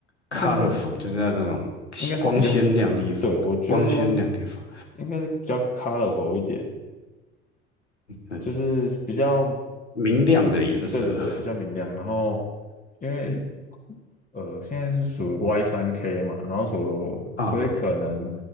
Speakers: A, on the left (about 85°); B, on the left (about 25°).
A: colorful，
B: 现在
A: 就是那种
B: 应该是比较，
A: 光鲜亮丽风，
B: 对，我觉得现在
A: 光鲜亮丽风，
B: 应该是比较 colorful 一点，
A: 嗯，
B: 就是比较，
A: 明亮的颜色
B: 对对对，比较明亮。然后因为呃，现在是属于 Y 三 K 嘛，然后所所以可能
A: 啊。